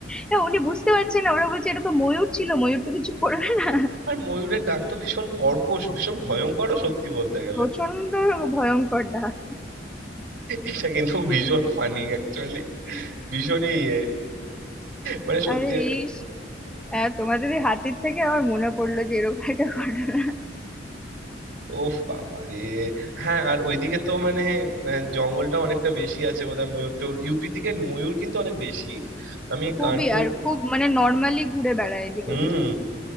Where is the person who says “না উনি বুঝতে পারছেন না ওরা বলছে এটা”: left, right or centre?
Centre